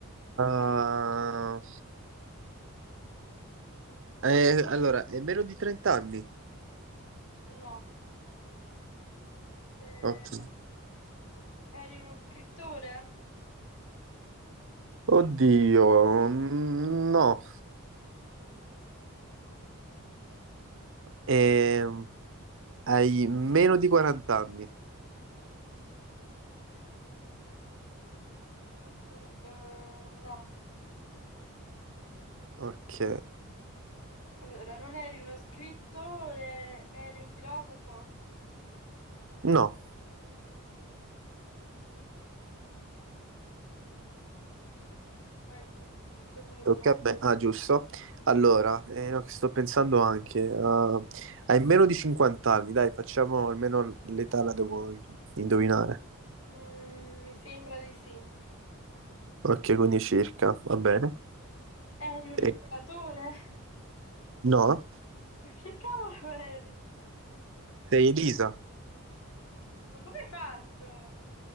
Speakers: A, on the right (about 55°); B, on the left (about 65°).
A: ah, eh, allora, è meno di 30 anni.
B: No. Eh,
A: Ok.
B: eri uno scrittore?
A: Oddio, mm, no.
B: Mm.
A: Ehm, hai meno di 40 anni.
B: Aspetta, no.
A: Ok.
B: Allora, non eri uno scrittore, eri un filosofo?
A: No.
B: Vai tu, è il tuo turno.
A: Tocca a me. Ah, giusto. Allora, eh, no, che sto pensando anche. ah, hai meno di 50 anni, dai, facciamo almeno l'età la devo indovinare.
B: Mm, mi sembra di sì.
A: Ok, quindi circa, va bene.
B: Eri un
A: Eh,
B: imperatore?
A: no?
B: <laughs> Che cavolo eri?
A: Sei Elisa.
B: Ma come hai fatto?